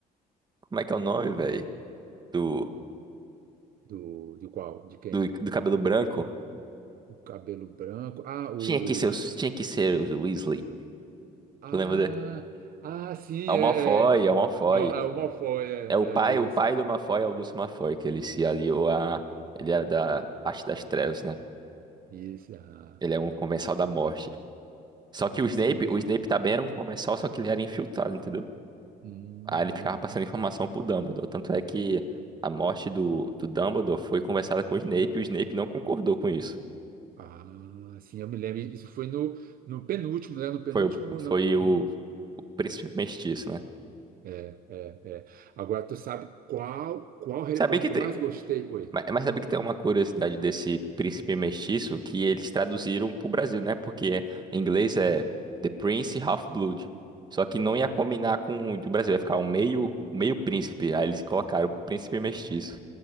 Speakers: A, on the right; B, on the right.
A: Como é que é o nome, velho? Do,
B: do, de qual? De quem?
A: do, do cabelo branco?
B: O cabelo branco. Ah, o.
A: Tinha que ser, os- tinha que ser o Weasley.
B: Ah,
A: Tu lembra dele?
B: ah, sim,
A: É o
B: é.
A: Malfoy,
B: é.
A: é o Malfoy.
B: Ah, ah, o Malfoy, é,
A: É o pai,
B: é, isso.
A: o pai do Malfoy é o Lúcio Malfoy, que ele se aliou a. Ele era da Arte das Trevas, né?
B: Isso, ah,
A: Ele é um comensal da morte. Só que
B: isso,
A: o Snape,
B: isso.
A: o Snape também era um comensal, só que ele era infiltrado, entendeu?
B: Hum,
A: Aí ele ficava
B: uhum.
A: passando informação pro Dumbledore. Tanto é que a morte do, do Dumbledore foi conversada com o Snape e o Snape não concordou com isso.
B: Ah, sim, eu me lembro. Isso foi no, no penúltimo, né? No penúltimo.
A: Foi, o- foi
B: no-
A: o,
B: no-
A: o príncipe mestiço, né?
B: É, é, é. Agora, tu sabe qual, qual Harry
A: Sabia
B: Potter
A: que
B: que
A: tem,
B: eu mais gostei? Oi.
A: mas mas sabia que tem uma curiosidade desse príncipe mestiço que eles traduziram pro Brasil, né? Porque em inglês é The Prince Half-Blood. Só que não
B: Hum.
A: ia combinar com o do Brasil, ia ficar um meio, meio príncipe. Aí eles colocaram príncipe mestiço.